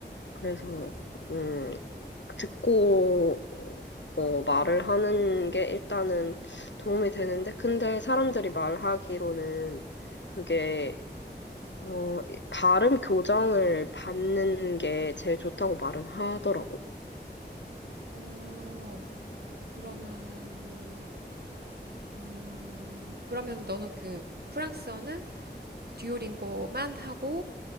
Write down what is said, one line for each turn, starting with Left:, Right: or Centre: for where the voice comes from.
Left: 그래서, 음, 듣고 어, 말을 하는 게 일단은 도움이 되는데, 근데 사람들이 말하기로는 그게 어, 발음 교정을 받는 게 제일 좋다고 말은 하더라고.
Right: 어 그러면은 음 그러면은 너는 그 프랑스어는 듀오링고만 하고